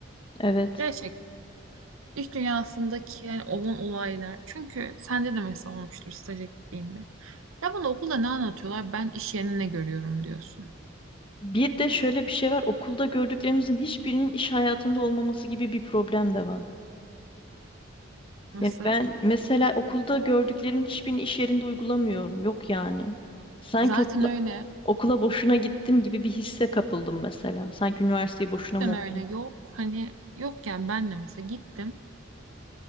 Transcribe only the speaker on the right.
Gerçekten. İş dünyasındaki yani olan olaylar. Çünkü sende de mesela olmuştur staja gittiğinde. Ya bana okulda ne anlatıyorlar? Ben iş yerine ne görüyorum diyorsun.
Nasıl?
Zaten
öyle.
Yok.
Zaten
öyle. Yok. Hani yok yani ben de mesela gittim.